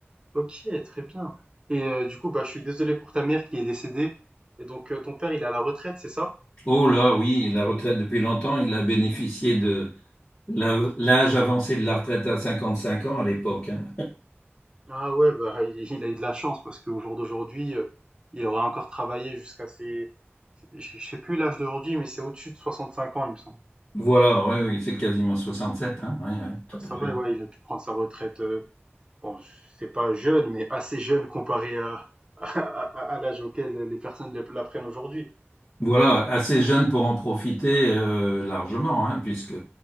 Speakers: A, on the right; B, on the left.
A: Ok, très bien. Et euh, du coup, bah je suis désolé pour ta mère qui est décédée. Et donc euh, ton père, il est à la retraite, c'est ça?
B: Oh là, oui, la retraite depuis longtemps, il a bénéficié de la- l'âge avancé de la retraite à 55 ans à l'époque. hein.
A: Ah ouais, bah, il il a eu de la chance parce qu'au jour d'aujourd'hui, heu, il aurait encore travaillé jusqu'à ses ses je je sais plus l'âge d'aujourd'hui, mais c'est au-dessus de 65 ans, il me semble.
B: Voilà, oui, oui, c'est quasiment 67, hein, oui, oui, tout
A: Bah, ça
B: à fait.
A: va, ouais, ouais, il a pu prendre sa retraite, heu, bon, c'est pas jeune, mais assez jeune comparé à <laughs> à à à l'âge auquel les personnes la la prennent aujourd'hui.
B: Voilà, assez jeune pour en profiter euh, largement, hein, puisque